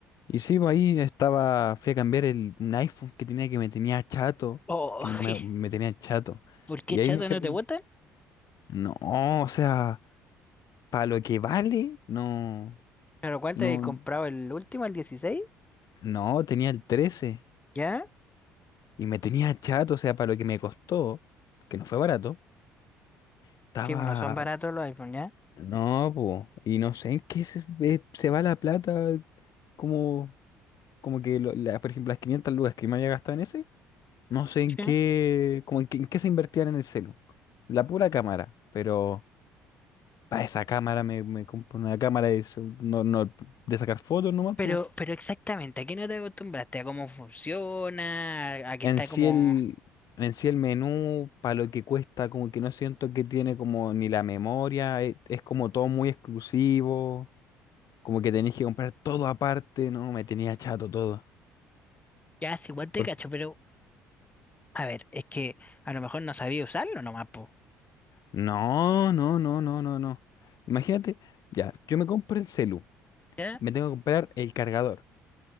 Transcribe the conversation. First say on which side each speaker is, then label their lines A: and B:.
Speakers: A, on the left; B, on the left.
A: Y sí, pues ahí estaba, fui a cambiar el, un iPhone que tenía que me tenía chato,
B: Oh,
A: que me, me,
B: <laughs>
A: me tenía chato.
B: ¿por qué
A: Y
B: chato
A: ahí me fui
B: no
A: a... com-
B: te gustan?
A: No, o sea, para lo que vale, no,
B: ¿Pero cuál
A: no,
B: te he comprado? ¿El último, el 16?
A: no, tenía el 13
B: ¿Ya?
A: y me tenía chato, o sea, para lo que me costó, que no fue barato, estaba...
B: Sí, bueno, son baratos los iPhone, ¿ya?
A: No, pues, y no sé en qué se, ve- se va la plata, como, como que, lo- la- por ejemplo, las 500 lucas que me había gastado en ese. No sé en
B: Sí.
A: qué, como en qué, en qué se invertían en el celu. La pura cámara, pero para esa cámara me, me compro una cámara de, su- no, no, de sacar fotos nomás,
B: Pero,
A: po.
B: pero exactamente, ¿a qué no te acostumbraste? ¿A cómo funciona? ¿A que
A: En
B: está
A: sí
B: como...
A: el, en sí el menú, para lo que cuesta, como que no siento que tiene como ni la memoria, e- es, como todo muy exclusivo, como que tenéis que comprar todo aparte, no, me tenía chato todo.
B: Ya, sí, igual te
A: Por-
B: cacho, pero... A ver, es que a lo mejor no sabía usarlo nomás, po.
A: No, no, no, no, no, no. Imagínate, ya, yo me compro el celu,
B: ¿Ya?
A: me tengo que comprar el cargador,